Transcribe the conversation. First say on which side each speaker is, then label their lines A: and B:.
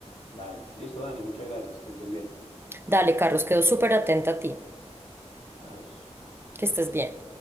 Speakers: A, on the left; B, on the right.
A: Dale, listo, Dani, muchas gracias, que estés bien.
B: Dale, Carlos, quedo súper atenta a ti.
A: Adiós.
B: Que estés bien.